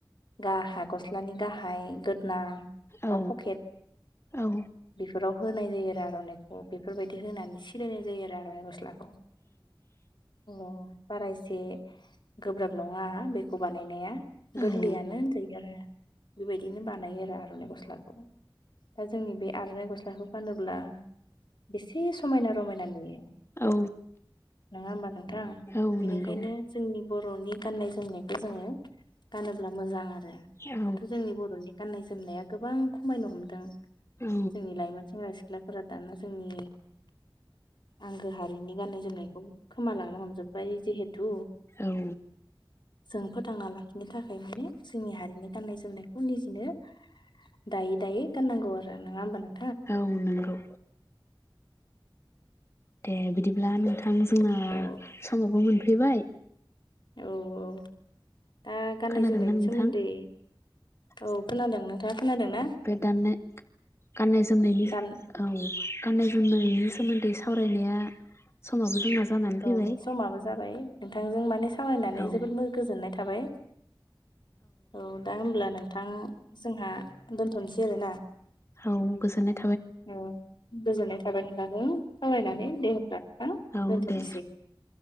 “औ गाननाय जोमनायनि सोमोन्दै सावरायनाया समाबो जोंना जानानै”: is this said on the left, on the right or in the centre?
Left